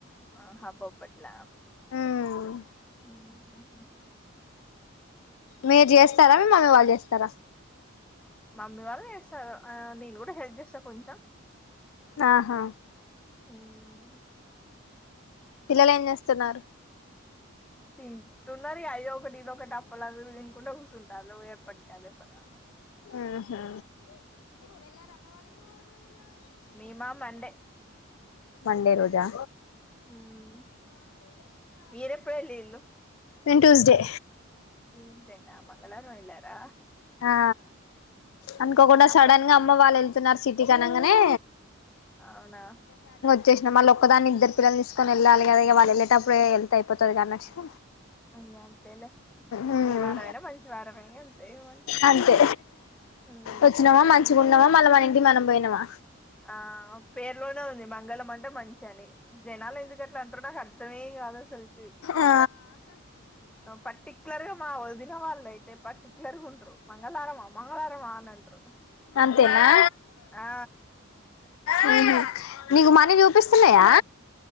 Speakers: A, in the centre; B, on the left.
A: ఆహా బొబ్బట్ల
B: ఉమ్
A: ఉహుహు
B: మీరు చేస్తారా మీ మమ్మీ వాళ్ళు చేస్తారా
A: మమ్మీ వాళ్ళ చేస్తారు నేను కూడా హెల్ప్ చేస్తా కొంచెం
B: ఆహా
A: ఉమ్
B: పిల్లలు ఏం చేస్తున్నారు.
A: తింటున్నారు. అదొకటి ఇదొకటి అప్పలావి తినుకుంటే కూసుంటాళ్లు ఎప్పటికి అదే పని వాళ్ళకి.
B: ఆహా
A: మేమా మండే.
B: మండే రోజా.
A: ఉమ్, మీరెప్పుడు వెళ్ళిళ్ళు
B: నేను ట్యూస్డే.
A: ట్యూస్డేనా మంగళవారం ఎల్లారా.
B: ఆ అనుకోకుండా
A: అప్ప
B: సడన్ గా అమ్మ వాళ్ళు వెళ్ తున్నారు సిటీకి అనంగనే.
A: అవునా
B: వచ్చేసిన మళ్ళ ఒక్కదాన్నే ఇద్దరు పిల్లలు తీసుకని వెళ్ళాలి కదా ఇగ వాళ్ళు, వెళ్లేటప్పుడే వెళ్తే అయిపోతది కదా అని వచ్చిన
A: ఇగ అంతేలే
B: ఉమ్
A: ఏ
B: హ్
A: వారమైనా మంచి వారమే అంతే ఏమనుకో
B: అంతే
A: అయిపా ఉమ్
B: వచ్చినామా మంచిగా ఉన్నామా మళ్ళ మన ఇంటికి వెళ్లి. మనం పోయినామా.
A: ఆ పేర్లోనే ఉంది మ మంగల మంటే మంచి కాని జనాలు ఎందుకట్లా అంటారో నాకు అర్థమే కాదు అసలుకి.
B: ఆ
A: పర్టిక్యులర్ గా మా వదిన వాళ్ళు అయితే పర్టిక్యులర్ గా ఉండ్రు. మంగళవారమా మంగళవారమా అని అంటార్ర్
B: అంతేనా
A: ఆ
B: ఉహు నీకు మనీ చూపిస్తున్నాయా.